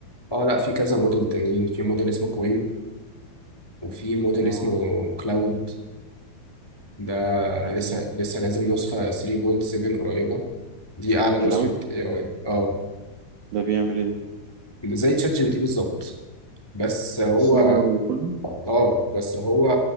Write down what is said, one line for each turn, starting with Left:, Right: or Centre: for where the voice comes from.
Left: اه لا في كذا موديل تانيين في موديل اسمه كوين وفي موديل
Right: اه
Left: اسمه كلاود ده
Right: تمام
Left: لسه لسه نازل نسخة 3.7 قريبة دي أعلى نسخة
Right: كلاود
Left: AI اه
Right: ده بيعمل ايه ده؟
Left: زي تشات جي بي تي بالظبط بس هو
Right: صور وكله
Left: اه بس هو